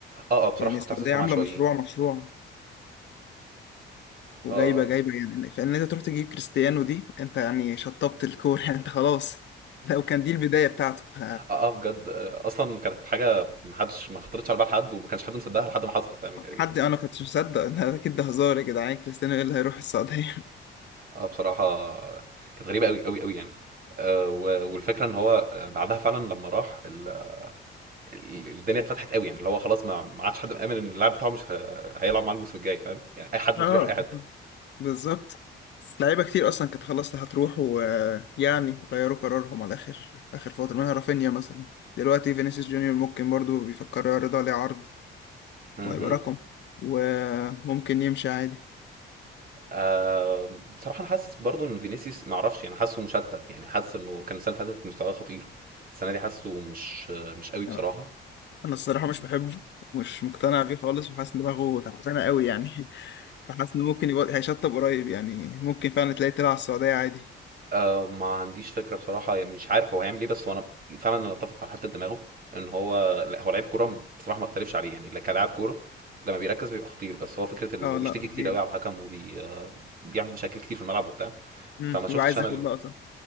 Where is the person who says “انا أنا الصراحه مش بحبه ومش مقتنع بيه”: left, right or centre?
Left